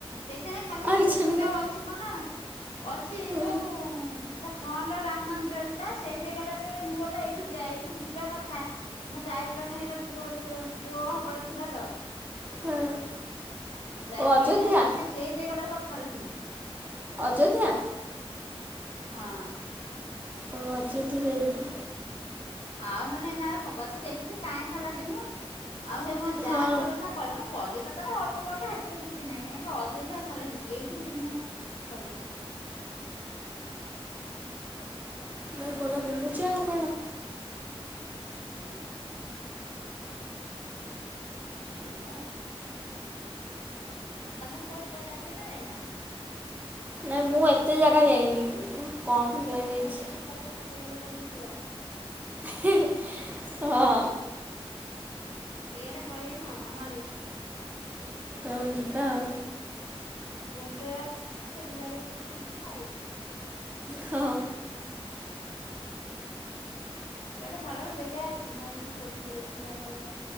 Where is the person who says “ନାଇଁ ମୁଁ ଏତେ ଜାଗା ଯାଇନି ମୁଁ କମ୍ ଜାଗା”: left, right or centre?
Right